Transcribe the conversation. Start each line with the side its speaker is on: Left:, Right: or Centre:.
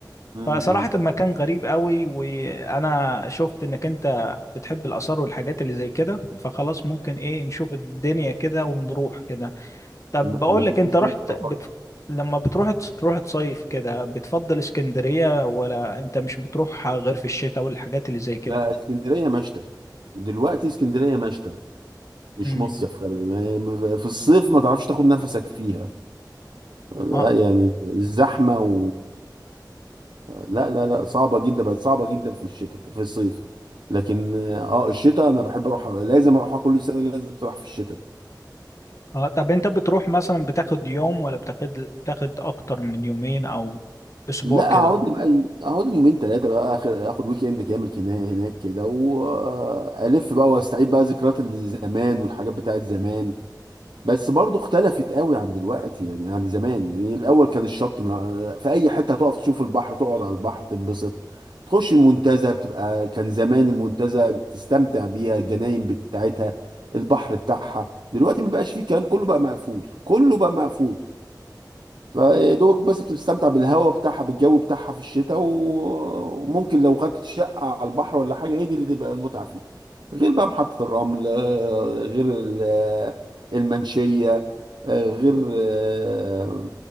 Right: امم
Left: فصراحة المكان غريب قوي وانا شفت انك انت بتحب الاثار والحاجات اللي زي كده فخلاص ممكن ايه نشوف الدنيا كده ونروح كده طب
Right: ما
Left: بقول
Right: فيش
Left: لك انت
Right: مشكله
Left: رحت بت...
Right: طب-
Left: لما بتروح تروح تصيف كده بتفضل اسكندرية ولا انت مش بتروح غير في الشتاء والحاجات اللي زي كده
Right: لا اسكندريه مشتى دلوقتي اسكندريه مشتى مش
Left: امم
Right: مصيف خلي بالك. ما- في الصيف ما تعرفش تاخد نفسك فيها لا
Left: اه
Right: يعني الزحمة و لا لا لا صعبة جدا بقت صعبة جدا في الشتاء في الصيف لكن اه الشتاء انا بحب اروح لازم اروحها كل سنة لازم تروح في الشتاء
Left: اه طب انت بتروح مثلا بتاخد يوم ولا بتاخد بتاخد اكتر من يومين او اسبوع
Right: لا
Left: كده
Right: اقعد لي بقى إيه، اقعد لي يومين ثلاثة بقى اخر اخد ويك اند كامل كنا- هناك كده والف بقى واستعيد بقى ذكريات الزمان والحاجات بتاعت زمان بس برضو اختلفت قوي عن دلوقتي يعني عن زمان يعني الاول كان الشط ما آه، في اي حته هتقف تشوف البحر تقعد على البحر تنبسط تخش المنتزه بتبقى كان زمان المنتزه تستمتع بيها الجناين بتاعتها البحر بتاعها دلوقتي ما بقاش فيه الكلام كله بقى مقفول كله بقى مقفول فدوبك بس بتستمتع بالهواء بتاعها بالجو بتاعها في الشتاء و- وممكن لو خدت شقة على البحر ولا حاجة هي دي اللي تبقى المتعة فيها غير بقى محطة الرمل آه، غير ال- المنشية آه، غير آه،